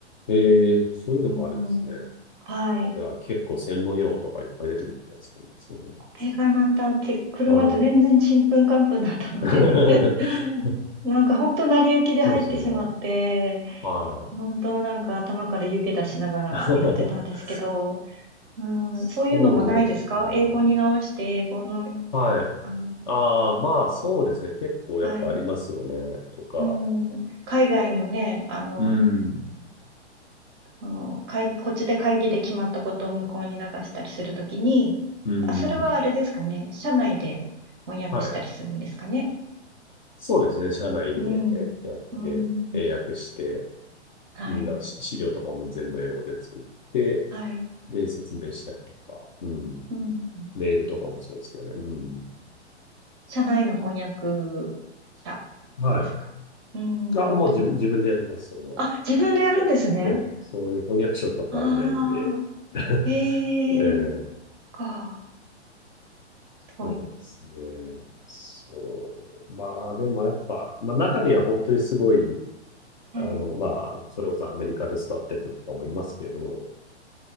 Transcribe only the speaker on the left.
ええ、そういうのもあるんですね。
じゃあ結構専門用語とかいっぱい出てくるんじゃないですかね。そういう
のは。はい。<laughs>
そうですよね。はい。
<laughs>
そうですね。
はい。
ああ、まあそうですね。結構やっぱありますよね。
とか。
うん。
うん。
はい。そうですね。社内で、
えーやって、
英訳して、
うんだからし資料とかも全部英語で作って、
で、説明したりとか、うん。
メールとかもそうですけどね。うん。
はい。
あ、もう自分、自分でやります。その、
うんえ、え、そういう翻訳者とかいないんで、
<laughs>
ええ、
そうですね。そう。まあ、でもやっぱ、まあ中には本当にすごい
あの、まあ、それこそアメリカで育った人とかもいますけど、